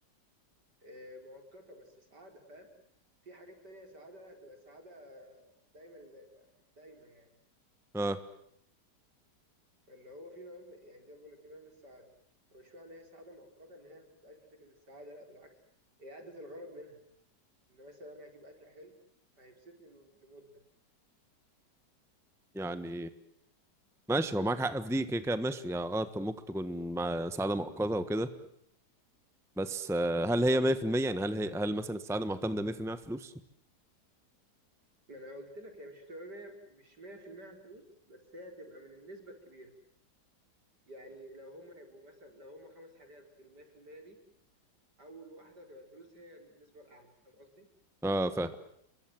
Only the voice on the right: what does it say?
آه، مؤقتة بس سعادة فاهم؟ في حاجات تانية سعادة هتبقى سعادة دايما لل- دايما يعني
فاللي هو في نوع من- يعني زي ما بقول لك في نوع من السعادة فمش معنى إن هي سعادة مؤقتة إن هي ما بتبقاش بتاكل بالسعادة لا بالعكس هي أدت الغرض منها إن مثلا أنا هجيب أكل حلو فهيبسطني ل- لمدة
ما أنا قلت لك هي مش هتبقى مية مش 100% على الفلوس بس هي هتبقى من النسبة الكبيرة يعني لو هما يبقوا مثلا لو هما خمس حاجات في المية في المية دي أول واحدة هتبقى الفلوس هي النسبة الأعلى فاهم قصدي؟